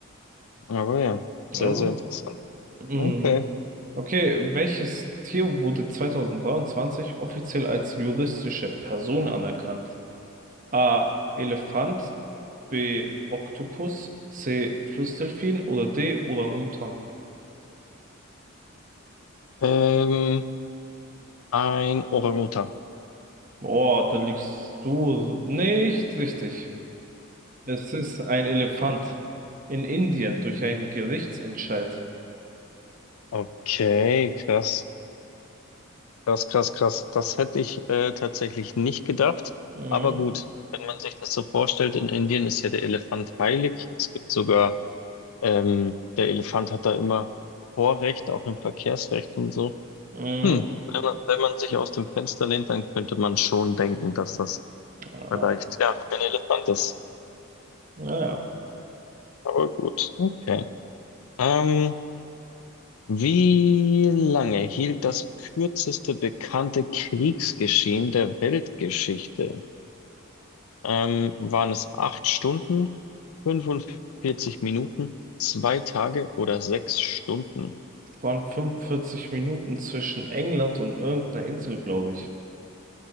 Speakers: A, on the left; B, on the right.
A: aber ja,
B: Ja.
A: sehr,
B: gut.
A: sehr interessant.
B: Mhm.
A: Okay.
B: Okay, welches Tier wurde 2023 offiziell als juristische Person anerkannt? A. Elefant, B. Oktopus, C. Flussdelfin oder D. Orang-Utan?
A: Ähm, ein Orang-Utan.
B: Boah, da liegst du nicht richtig. Es ist ein Elefant in Indien durch einen Gerichtsentscheid.
A: Okay, krass. Krass, krass, krass. Das hätte ich äh, tatsächlich nicht gedacht.
B: Mhm.
A: Aber gut, wenn man sich das so vorstellt, in Indien ist ja der Elefant heilig. Es gibt sogar, ähm, der Elefant hat da immer Vorrecht, auch im Verkehrsrecht und so.
B: Mhm.
A: Hm, wenn man, wenn man sich aus dem Fenster lehnt, dann könnte man schon denken, dass das
B: Ah,
A: vielleicht, ja, ein Elefant ist.
B: naja.
A: Aber gut, okay. Ähm, wie lange hielt das kürzeste bekannte Kriegsgeschehen der Weltgeschichte? Ähm, waren es acht Stunden, 45 Minuten, zwei Tage oder sechs Stunden?
B: waren 45 Minuten zwischen England und irgendeiner Insel, glaube ich.